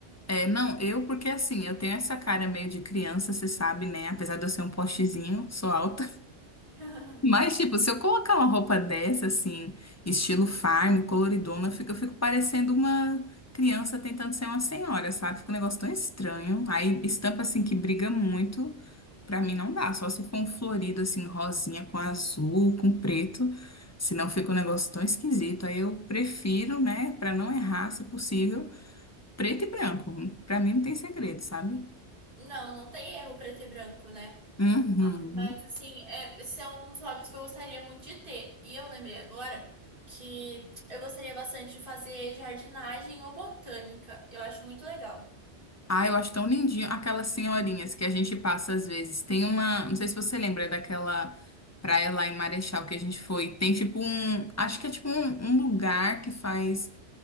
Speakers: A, on the left; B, on the right.
A: É, não, eu, porque assim, eu tenho essa cara meio de criança, você sabe, né? Apesar de eu ser um postezinho, sou alta.
B: <laughs>
A: Mas, tipo, se eu colocar uma roupa dessa, assim, estilo farm, coloridona, eu fico, eu fico parecendo uma criança tentando ser uma senhora, sabe? Fica um negócio tão estranho. Aí, estampa, assim, que briga muito, pra mim não dá. Só se for um florido, assim, rosinha com azul, com preto. Senão fica um negócio tão esquisito. Aí eu prefiro, né, pra não errar, se possível, preto e branco. Pra mim não tem segredo, sabe?
B: Não, não tem erro preto e branco, né?
A: Uhum.
B: Mas assim, é, são alguns hobbies que eu gostaria muito de ter. E eu lembrei agora que eu gostaria bastante de fazer jardinagem ou botânica. Eu acho muito legal.
A: Ah, eu acho tão lindinho aquelas senhorinhas que a gente passa às vezes. Tem uma, não sei se você lembra daquela praia lá em Marechal que a gente foi. Tem tipo um, acho que é tipo um, um lugar que faz